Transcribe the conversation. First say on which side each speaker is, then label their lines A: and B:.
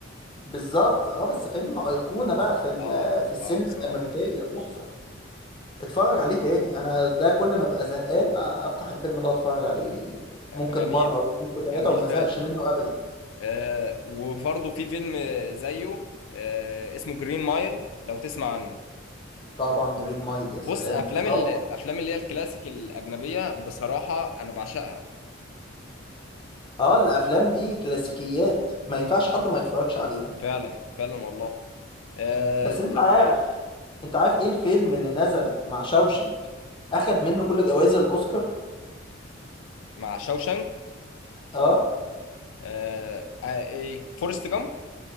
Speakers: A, on the left; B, on the left.
A: بالظبط اه بس فيلم ايقونة بقى في ال-
B: آه
A: في السينما
B: آه بصراحة
A: الامريكية تحفة اتفرج عليه تاني انا ده كل ما ابقى زهقان افتح الفيلم ده واتفرج عليه
B: آه،
A: ممكن
B: جميل
A: مره واثنين وثلاثه
B: جميل
A: وما
B: فعلا
A: زهقش منه ابدا
B: آه، وبرضه في فيلم زيه آه، اسمه جرين مايل لو تسمع عنه
A: طبعا جرين مايل يا
B: بص
A: سلام
B: افلام الافلام
A: روعة.
B: اللي هي الكلاسيك الاجنبيه بصراحه انا بعشقها
A: اه الافلام دي كلاسيكيات ما ينفعش حد ما يتفرجش عليها
B: فعلا فعلا والله آه،
A: بس
B: اتفرج-
A: انت عارف انت عارف ايه الفيلم اللي نزل مع شاوشينج اخد منه كل جوائز الاوسكار
B: مع شوشنج
A: اه
B: آه، آه، ايه فورست جامب